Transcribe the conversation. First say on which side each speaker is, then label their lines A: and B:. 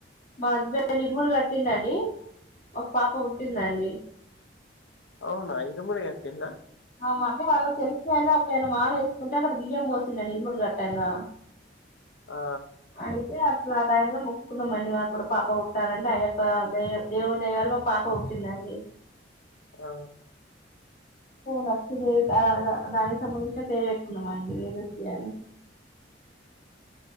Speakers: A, on the left; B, on the left.
A: మా హస్బెండ్ ఇరుముడి కట్టిండండి ఒక పాప పుట్టిందండి
B: అవునా ఇరుముడి గట్టిండ్రా
A: అ అంటే వాళ్ళకి తెలిసయినా ఒకనా మాాల వేసుకుంటే అక్కడ బియ్యం పోసిందను ఇరుముడి గట్టంగా
B: ఆ
A: అయితే అట్లా ఆ టై లో ముక్కుంద మీ మాకు కూడా పాప పుట్టాలండి అయ్యప్ప ద దేవుని దైవాాల మా పాప పుట్టిందండి
B: ఆ
A: లక్ష్మీదేవి దానికి సంబంధించిన పేరు పెట్టుకున్నామ అండి వేదశ్రీ అని